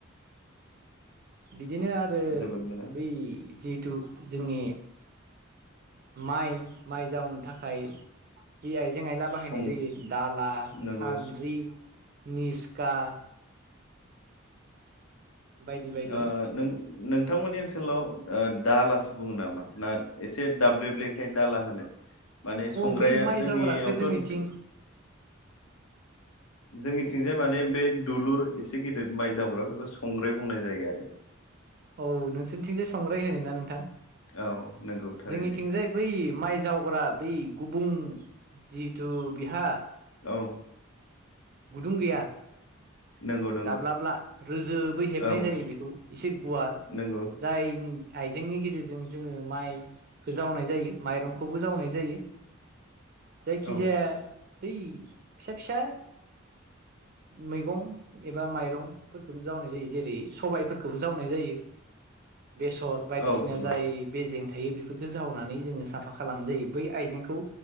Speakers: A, on the right; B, on the left.
A: बिदिनो आरो
B: जोबोद मोजां
A: बै जिहेथु जोंनि माइ माइ जावनो थाखाय जि आइ जें आयला बाहायनाय
B: सं
A: जायो दाला,
B: नंगौ
A: सान्द्रि निस्का, बायदि बायदि
B: ओ नों नों नोंथांमोननि ओनसोलाव ओ दालासो बुङो नामा ना एसे दाब्लेबेखाय दाला होनो? माने
A: औ
B: संग्राया
A: बै माइ
B: जोंनियावथ'
A: जावग्राखौ जोंनिथिं
B: जोंनिथिंजाय माने बे दुलुर एसे गिदिर माइ जावग्रा बेखौ संग्राय बुंनाय जायो आरो।
A: औ नोंसोरनिथिंजाय संग्राय होनो ना नोंथां।
B: औ नंगौ थारैनो
A: जोंनिथिंजाय बै माइ जावग्रा बै गुबुं जिहेथु बिहा
B: औ
A: गुदुं गैया
B: नंगौ नंगौ
A: दाब्लाला रोजोबै हेबनाय
B: औ
A: जायो बेखौ एसे गुवार
B: नंगौ
A: जाय जोंनि आइजेंनि गेजेरजों जोङो माइखो जावनाय जायो माइरंखौबो जावनाय जायो
B: <inaudible>
A: जायखिजाया
B: औ
A: बै फिसा फिसा मैगं एबा माइरंफोरखौ जावनाय जायो जेरै सबाइफोरखोबो जावनाय जायो बेसर बायदिसिना
B: औ नंगौ
A: जाय बेेजें थायो बे बेफोरखौ जावनानै जोङो साफा खालामनाय जायो बै आइजेंखौ